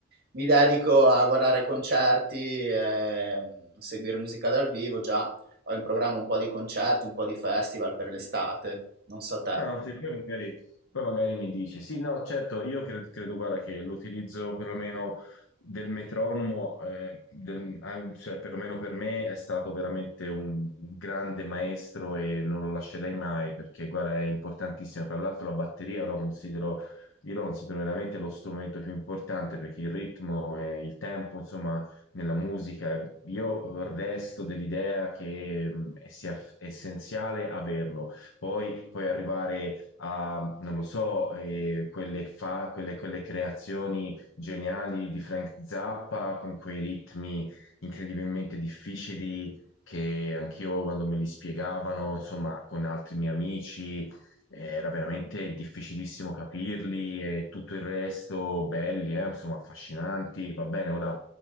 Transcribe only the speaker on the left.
Ah, sì, poi magari, poi magari mi dici, sì, no, certo, io cre- credo, guarda, che l'utilizzo perlomeno del metronomo, eh, del- an- cioè perlomeno per me è stato veramente un un grande maestro e non lo lascerei mai perché, guarda, è importantissimo. Tra l'altro la batteria lo considero, io lo considero veramente lo strumento più importante perché il ritmo e il tempo, insomma, nella musica, io resto dell'idea che mm, sia f- essenziale averlo poi puoi arrivare a, non lo so, eh, quelle, fa- quelle- quelle creazioni geniali di Frank Zappa con quei ritmi incredibilmente difficili che anch'io quando me li spiegavano, insomma, con altri miei amici, era veramente difficilissimo capirli e tutto il resto belli, eh, insomma, affascinanti. Va bene, ora,